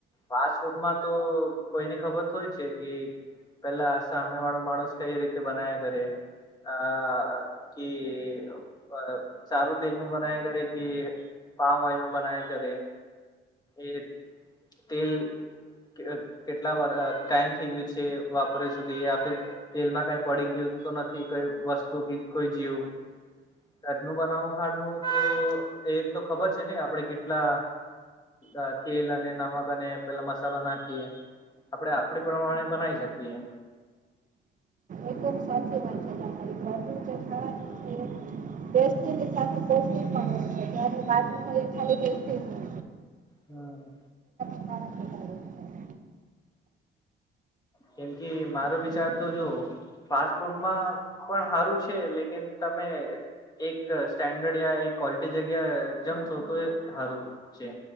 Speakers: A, on the left; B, on the right.
A: ફાસ્ટ ફૂડ માં તો કોઈની ખબર થોડી છે કે. પેલા સામને વાળો માણસ કઈ રીતે બના્યા કરે. અ કે પ સારું તેલ. નુ બનાયા કરે કે પામોવેલ બનાયા કરે એ. તેલ. કે કેટલા વર અ ટાઈમ થઈ ગયું છે વાપોરે સુધી આ. તેલમાં કઈ પડી ગયું તો નથી કઈ વસ્તુ કે કોઈ જીવ ઘરનું બનાવું ખાડનું તો એ તો ખબર છે નને આપડે કેટલા અ તેલ અને નમક અને પેલા મસાલા નાખીએ. આપણે આપડે પ્રમાણે બનાવી શકીએ.
B: એકદમ સાચી વાત છે તમારી ઘરનું જે ખાવાનું ટેસ્ટી ની સાથે પોષ્ટિક પણ હોય છે જ્યારે બાર નુ <inaudible>
A: હા.
B: ખાના ખાતા હોય છે.
A: કેમ કે મારો વિચાર તો જો. ફાસ્ટ ફૂડમાં પણ સારું છે લેકીન તમે. એક સ્ટેન્ડર્ડ યા એક કોલિટી જગ્યા જમશો તો એ સારું છે.